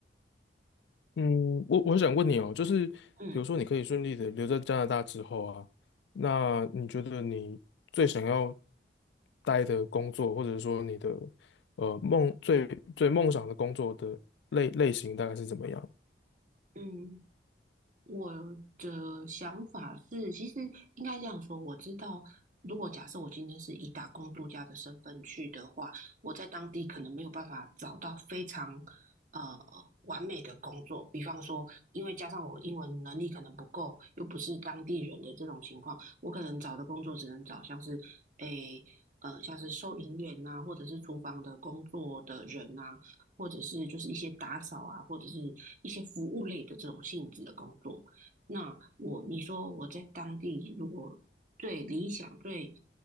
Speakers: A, on the left (about 80°); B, on the right (about 45°).
A: 嗯，我我想问你哦，就是比如说你可以顺利的留在加拿大之后啊，
B: 嗯
A: 那你觉得你最想要待的工作，或者说你的呃梦最最梦想的工作的类类型大概是怎么样？
B: 嗯我的想法是，其实应该这样说，我知道，如果假设我今天是以打工度假的身份去的话，我在当地可能没有办法找到非常呃完美的工作。比方说，因为加上我英文能力可能不够，又不是当地人的这种情况，我可能找的工作只能找像是诶呃像是收银员呐、或者是厨房的工作的人呐、或者是就是一些打扫啊，或者是一些服务类的这种性质的工作。那我你说我在当地如果最理想、最